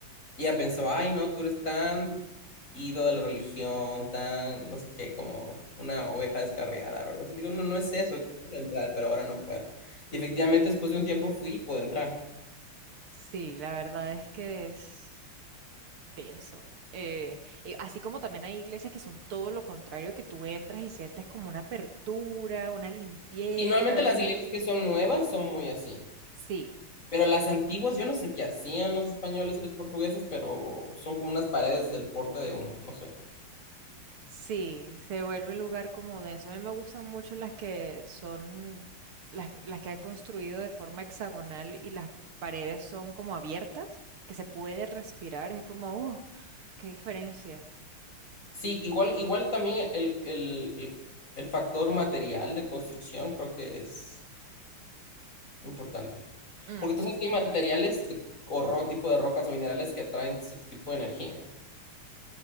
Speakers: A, on the left (about 35°); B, on the right (about 85°).
A: Y ella pensó, ay, no, tú eres tan ido de la religión, tan, no sé qué, como una oveja descarriada o algo así. Le digo, no, no es eso, yo quiero entrar, pero ahora no puedo. Y efectivamente, después de un tiempo fui y pude entrar.
B: Sí, la verdad es que es. denso. Eh, eh, así como también hay iglesias que son todo lo contrario, que tú entras y sientes como una apertura, una limpieza,
A: Y normalmente las
B: un...
A: iglesias que son nuevas son muy así.
B: Sí,
A: Pero las antiguas, yo no sé qué hacían los españoles y los portugueses, pero son como unas paredes del porte de un, no sé.
B: sí, se vuelve un lugar como denso. A mí me gustan mucho las que son, las, las que han construido de forma hexagonal y las paredes son como abiertas, que se puede respirar, es como, ¡uh! ¡Qué diferencia!
A: Sí, igual, igual también el, el, el, el factor material de construcción creo que es Importante.
B: Mm,
A: Porque tú sabes que hay materiales de- o ro- tipo de rocas o minerales que atraen cierto tipo de energía.